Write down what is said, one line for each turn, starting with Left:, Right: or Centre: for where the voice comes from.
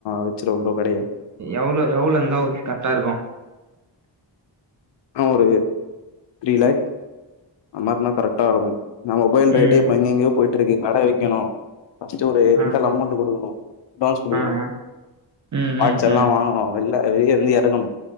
Left: வெச்சுருவ ப்ரோ கடைய.
Right: எவ்ளோ எவ்ளோ இருந்தா ஒ கரெக்டா இருக்கு
Left: என்ன ஒரு த்ரீ லேக் அன்மாரின்னா கரெக்டா இருக்கு நம்ம மொபைல் ரேட்டே
Right: ம்
Left: இப்ப எங்கெங்கியோ போய்ட்டுருக்கு கட வைக்கணு ஃபஸ்ட்டு ஒரு
Right: ஆ
Left: ரெண்டல் அமௌண்டு குடுக்கணு அட்டுவான்ஸ் குடுக்கணு
Right: ஆ ஆ ம்
Left: பாட்ஸ்ஸெல்லா
Right: ம் ம்
Left: வாங்கணு வெள்ல வெளிய இருந்து எறக்கணு